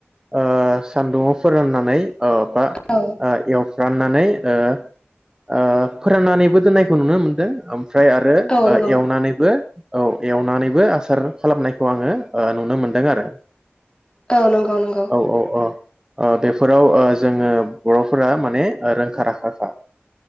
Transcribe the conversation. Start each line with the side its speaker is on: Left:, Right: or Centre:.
Right: ओ सान्दुंङाव फोराननानै ओ बा
Left: औ
Right: ओ इयाव राननानै ओ ओ फोराननानैबो दोननायखौ नुनो मोन्दों ओम फ्राय आरो
Left: औ
Right: ओ
Left: नंगौ
Right: एवनानैबो औ एवनानैबो आसार खालामनायखौ आङो ओ नुनो मोनदों आरो
Left: औ नंगौ नंगौ
Right: औ औ अ। ओ बे फोराव ओ जोङो बर'फोरा माने ओ रोंखा राखाखा।